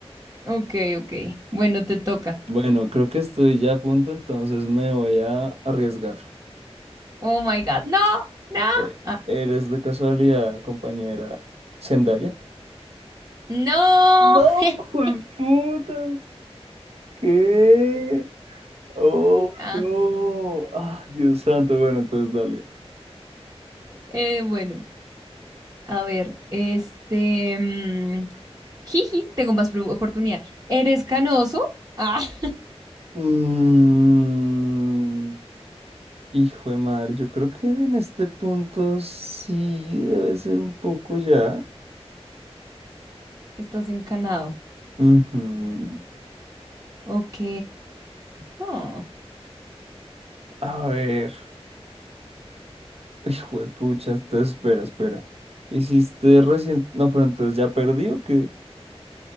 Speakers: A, on the right (about 35°); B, on the right (about 65°).
A: Ok, ok. Bueno, te toca.
B: Bueno, creo que estoy ya a punto, entonces me voy a arriesgar.
A: Oh my God. No, no,
B: Eh,
A: ah,
B: ¿eres de casualidad, compañera Zendaya?
A: no.
B: No,
A: <laughs>
B: puta. ¿Qué? Oh,
A: Ah,
B: no. Ah, Dios santo. Bueno, entonces dale.
A: eh, bueno, a ver, este. mm, jiji, tengo más pro- oportunidad. ¿Eres canoso? Ah, <laughs>
B: Mm, hijo de madre, yo creo que en este punto sí debe ser un poco ya.
A: estás encanado.
B: Ujú.
A: Ok. oh.
B: A ver. <laughs> Hijo de pucha, entonces espera, espera. Hiciste recién. No, pero entonces ya perdí o qué?